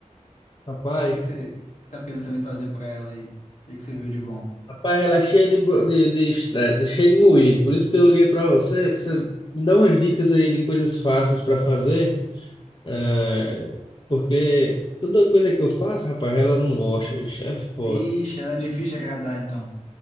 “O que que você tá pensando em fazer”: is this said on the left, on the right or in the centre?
Left